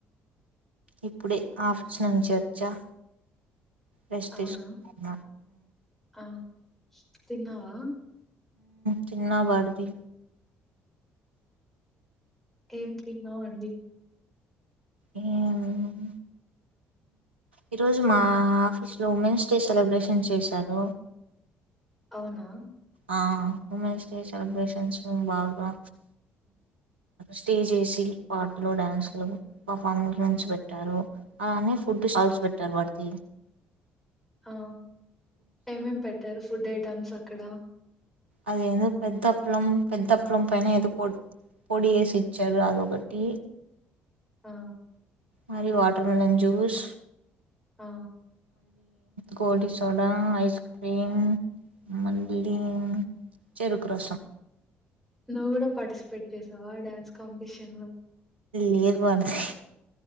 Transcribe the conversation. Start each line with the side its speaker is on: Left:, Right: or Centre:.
Right: ఇప్పుడే ఆఫీస్ నుంచి వచ్చా రెస్ట్
Centre: అవునా!
Right: తీసుకుంటున్న
Centre: ఆ తిన్నావా
Right: తన్నా బర్ది
Centre: ఏం తిన్నావు అండి
Right: ఎం ఈ రోజు మా ఆఫీస్ లో ఉమెన్స్ డే సెలబ్రేషన్ చేశారు.
Centre: అవునా
Right: అ ఉమెన్స్ డే సెలబ్రేషన్స్ బాగా స్టేజ్ ఎసి పాటలు డ్యాన్స్లు పర్ఫార్మెన్స్ పెట్టారు అలానే ఫుడ్ స్టాల్స్ పెట్టారు వాటికి
Centre: ఆ ఏమేం పెట్టారు ఫుడ్ ఐటమ్స్ అక్కడ
Right: అదేదో పెద్ద అప్పలం పెద్ద అప్పలం పైన ఏదో పొ పొడి వేసి ఇచ్చారు అదొకటి
Centre: ఆ
Right: మరి వాటర్ మిలన్ జ్యూస్
Centre: ఆ
Right: గోలి సోడా ఐస్ క్రీమ్ మళ్ళి చెరుకు రసం
Centre: నువ్వు కూడా పార్టిసిపేట్ చేసావా ఆ డ్యాన్స్ కాంపిటీషన్ లో
Right: లేదు వారది